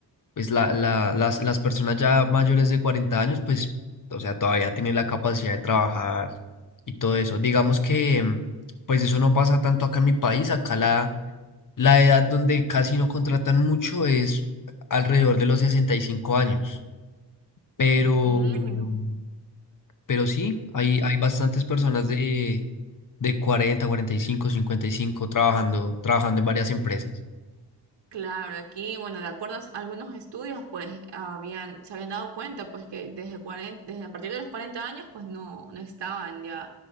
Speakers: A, on the left; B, on the right.
A: pues la, la- las, las personas ya mayores de 40 años, pues, o sea, todavía tienen la capacidad de trabajar y todo eso. Digamos que, mm, pues eso no pasa tanto acá en mi país, acá la, la edad donde casi no contratan mucho es alrededor de los 65 años, pero,
B: Mm,
A: mm, pero sí, hay, hay bastantes personas de, de cuarenta cuarenta y cinco cincuenta y cinco trabajando, trabajando en varias empresas.
B: Claro, aquí, bueno, de acuerdo a s- algunos estudios, pues habían, se habían dado cuenta, pues que desde 40, desde a partir de los 40 años, pues no, no estaban ya